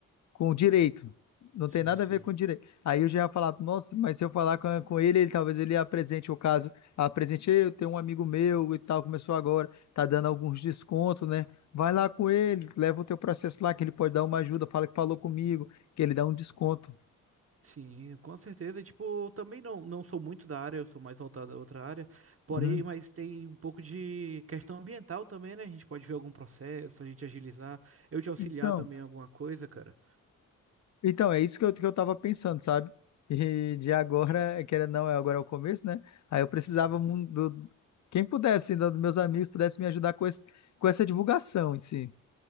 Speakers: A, on the left; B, on the right.
A: com o direito. Não
B: Sim,
A: tem nada
B: sim.
A: a ver com o direito. Aí eu já ia falar, nossa, mas se eu falar com, com ele, ele talvez ele apresente o caso. Apresente, "Ei, eu tenho um amigo meu e tal, começou agora, tá dando alguns descontos, né? Vai lá com ele, leva o teu processo lá, que ele pode dar uma ajuda, fala que falou comigo, que ele dá um desconto.
B: Sim, com certeza. Tipo, eu também não, não sou muito da área, eu sou mais voltado a outra área. Porém,
A: Uhum.
B: mas tem um pouco de questão ambiental também, né? A gente pode ver algum processo, a gente agilizar, eu te auxiliar
A: Então.
B: também em alguma coisa, cara.
A: Então, é isso que eu, que eu tava pensando, sabe? E de agora, querendo ou não, é agora é o começo, né? Aí eu precisava
B: Sim.
A: mu- do, quem pudesse, ainda dos meus amigos, pudesse me ajudar com, esse, com essa divulgação em si.